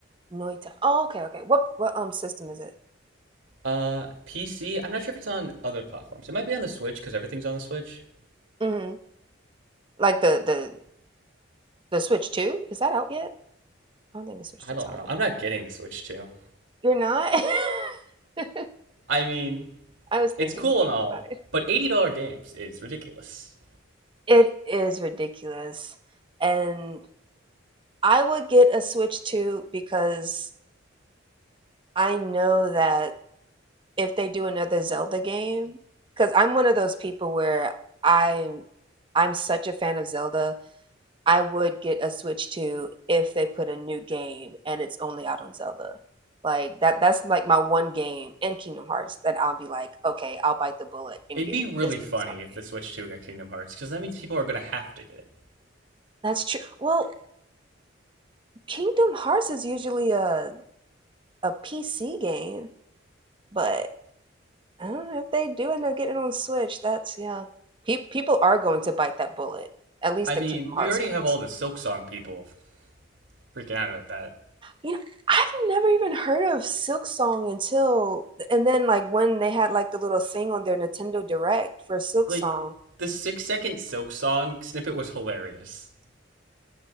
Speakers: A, on the right (about 25°); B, on the right (about 75°).
A: Noita. Oh, okay, okay. What what um system is it?
B: Uh, PC. I'm not sure if it's on other platforms. It might be on the Switch because everything's on the Switch.
A: Mm-hmm. Like the the the Switch 2? Is that out yet? I don't think the Switch
B: I
A: 2
B: don't
A: is out
B: know.
A: yet.
B: I'm not getting the Switch too.
A: You're not? <laughs> I,
B: I mean,
A: I was
B: it's
A: thinking
B: cool
A: thinking
B: and all,
A: about it.
B: but eighty dollar games is ridiculous.
A: It is ridiculous. And I would get a Switch 2 because I know that if they do another Zelda game, because I'm one of those people where I'm I'm such a fan of Zelda I would get a Switch 2 if they put a new game and it's only out on Zelda. Like that that's like my one game in Kingdom Hearts that I'll be like, okay, I'll bite the bullet and
B: It'd
A: get
B: be
A: it
B: really
A: just for
B: funny
A: this one
B: if
A: game.
B: the Switch 2 got Kingdom Hearts, because that means people are going to have to get it.
A: That's true. Well, Kingdom Hearts is usually a a PC game, but I don't know if they do end up getting it on Switch. That's yeah. Pe- people are going to bite that bullet. At least
B: I
A: the
B: mean,
A: Kingdom Hearts
B: we already
A: fans.
B: have all the Silk Song people freaking out about that.
A: You know, I've never even heard of Silk Song until, and then like when they had like the little thing on their Nintendo Direct for Silk
B: Like,
A: Song.
B: the six second Silk Song snippet was hilarious.